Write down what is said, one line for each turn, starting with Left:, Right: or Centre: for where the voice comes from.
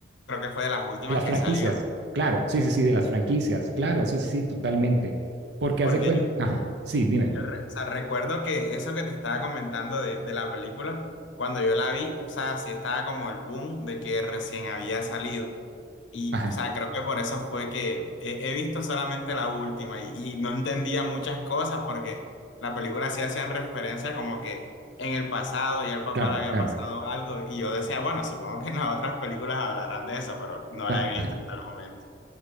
Left: creo que fue de las últimas
Right: De las
Left: que
Right: franquicias,
Left: salió.
Right: claro, sí, sí, sí, de las franquicias, claro, sí, sí, sí, totalmente. Porque
Left: Porque
Right: haz de cuenta,
Left: yo,
Right: ajá, sí, dime,
Left: yo re- o sea, recuerdo que eso que te estaba comentando de, de la película, cuando yo la vi, o sea, sí estaba como el boom de que recién había salido. Y,
Right: ajá,
Left: o sea, creo que por eso fue que he, he visto solamente la última y, y no entendía muchas cosas porque la película sí hacían referencia como que en el pasado ya el papá
Right: claro,
Left: le había
Right: claro,
Left: pasado algo y yo decía, bueno, supongo que en las otras películas hablarán de eso, pero no
Right: claro,
Left: la he visto
Right: ajá.
Left: hasta el momento.